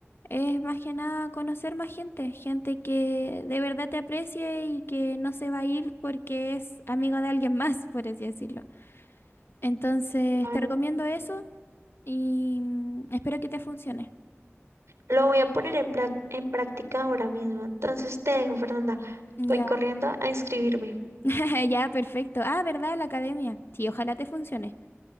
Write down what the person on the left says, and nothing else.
es más que nada conocer más gente, gente que de verdad te aprecie y que no se va a ir porque es amigo de alguien más, por así decirlo. Entonces,
te recomiendo eso y mm, espero que te funcione.
Ya,
<laughs> ya, perfecto. Ah, ¿verdad? La academia. Sí, ojalá te funcione.